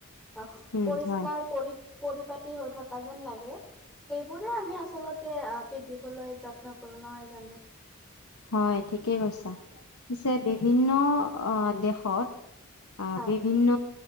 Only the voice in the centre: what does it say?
আহ,
পৰিষ্কাৰ
পৰি-পৰিপাতি হৈ থকা যেন লাগে সেইবোৰে আমি আচলতে আ, পিন্ধিবলৈ যত্ন কৰোঁ নহয় জানো?
হয়।